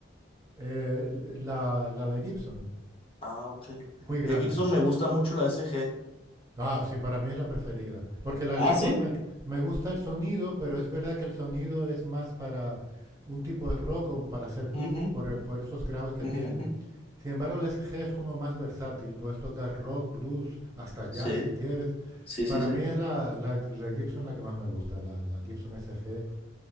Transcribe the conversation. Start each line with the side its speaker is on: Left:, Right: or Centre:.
Right: eh, la, la de Gibson,
Left: ah, ok.
Right: muy grande.
Left: De Gibson me gusta mucho la SG.
Right: Ah, sí, para mí es la preferida. Porque la
Left: Ah,
Right: Les
Left: sí.
Right: Paul me, me gusta el sonido, pero es verdad que el sonido es más para un tipo de rock o para hacer blues
Left: Ujú,
Right: por, por esos graves que
Left: ujú,
Right: tiene.
Left: ujú.
Right: Sin embargo, la SG es como más versátil. Puedes tocar rock, blues, hasta jazz
Left: Sí,
Right: si quieres.
Left: sí,
Right: Para
Left: sí, sí.
Right: mí es la, la- la Gibson la que más me gusta, la, la Gibson SG,